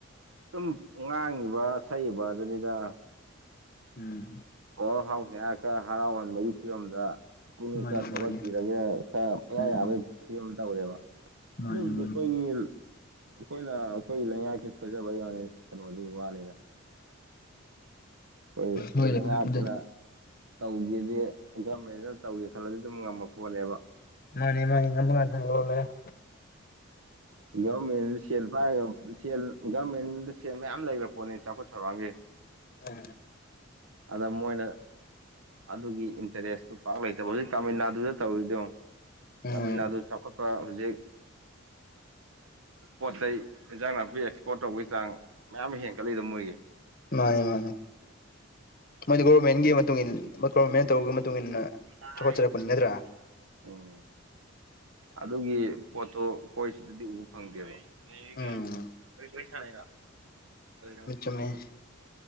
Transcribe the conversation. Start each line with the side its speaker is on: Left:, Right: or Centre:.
Right: ꯁꯨꯝ ꯉꯥꯡꯉꯤꯕ ꯁꯛꯏꯅ ꯑꯗꯨꯅꯤꯗꯥ
Left: ꯎꯝ
Right: ꯑꯣ ꯍꯥꯎ ꯍꯌꯥ ꯈꯔ ꯍꯔꯥꯎꯍꯟꯕꯒꯤ ꯐꯤꯕꯝꯗ ꯄꯨꯛꯅꯤꯡ
Left: ꯃꯥꯅꯤ
Right: ꯈꯔ ꯊꯧꯒꯠꯄꯤꯔꯒ
Left: ꯃꯥꯅꯤ
Right: ꯈꯔ ꯄꯨꯡꯌꯥ
Left: ꯎꯝ
Right: ꯌꯥꯕꯒꯤ ꯐꯤꯕꯝ ꯇꯧꯔꯦꯕ
Left: ꯃꯥꯅꯤ
Right: ꯑꯗꯨꯕꯨꯗꯤ
Left: ꯃꯥꯅꯤ
Right: ꯑꯈꯣꯏꯒꯤ ꯑꯈꯣꯏꯅ ꯑꯈꯣꯏ ꯂꯩꯉꯥꯛꯁꯦ ꯁꯣꯏꯖꯕ ꯌꯥꯅꯤ ꯀꯩꯅꯣꯗꯤ ꯋꯥꯅꯤꯗ ꯑꯈꯣꯏ
Left: ꯂꯣꯏꯔꯦ
Right: ꯂꯩꯉꯥꯛꯁꯤꯅ
Left: ꯑꯗꯨꯅꯤ
Right: ꯇꯧꯒꯦꯗꯤ ꯒꯃꯦꯟꯅ ꯇꯧꯒꯦ ꯈꯜꯂꯗꯤ ꯑꯗꯨꯝ ꯉꯝꯕ ꯄꯣꯠꯅꯦꯕ꯫
Left: ꯃꯥꯅꯦ ꯃꯥꯅꯤ ꯉꯝꯕ ꯉꯛꯇꯅꯤ <unintelligible>
Right: ꯒꯚꯔꯃꯦꯟꯗ ꯁꯦꯜ ꯄꯥꯏꯔꯒ ꯁꯦꯜ ꯒꯔꯃꯦꯟꯗ ꯁꯦꯜ ꯃꯌꯥꯝ ꯂꯩꯈ꯭ꯔ ꯄꯣꯠꯅꯤ ꯆꯥꯎꯈꯠ ꯊꯧꯔꯥꯡꯒꯤ꯫ <inaudible>
Left: ꯎꯝ
Right: ꯑꯗ ꯃꯣꯏꯅ ꯑꯗꯨꯒꯤ ꯏꯟꯇꯔꯦꯁꯇꯨ ꯄꯥꯛ ꯂꯩꯇꯕ ꯍꯧꯖꯤꯛ ꯇꯥꯃꯤꯜ ꯅꯥꯗꯨꯗ ꯇꯧꯔꯤꯗꯣ ꯌꯣ꯫
Left: ꯎꯝ
Right: ꯇꯥꯃꯤꯜ ꯅꯥꯗꯨ ꯆꯥꯎꯈꯠꯄꯥ ꯍꯧꯖꯤꯛ ꯄꯣꯠ ꯆꯩꯩ ꯏꯟꯖꯥꯡ ꯅꯥꯄꯤ ꯑꯦꯛꯁꯄꯣꯔꯠ ꯇꯧꯕꯒꯤ ꯆꯥꯡ ꯃꯌꯥꯝ ꯑꯃ ꯍꯦꯟꯒꯠꯂꯤꯗꯣ ꯃꯣꯏꯒꯤ
Left: ꯃꯥꯅꯤ ꯃꯥꯅꯤ ꯃꯣꯏꯗꯤ ꯒꯣꯔꯃꯦꯟꯒꯤ ꯃꯇꯨꯡ ꯏ ꯒꯣꯔꯃꯦꯟꯅ ꯇꯧꯔꯒꯤ ꯃꯇꯨꯡ ꯏꯟꯅ
Right: <unintelligible>
Left: ꯆꯥꯎꯈꯠꯆꯔꯛꯄꯅꯤ ꯅꯠꯇ꯭ꯔꯥ
Right: ꯎꯝ ꯑꯗꯨꯒꯤ ꯄꯣꯠꯇꯣ ꯑꯈꯣꯏ ꯁꯤꯗꯗꯤ ꯎꯕ ꯐꯪꯗꯦꯕ꯫ <unintelligible>
Left: ꯎꯝ <unintelligible> ꯃꯦ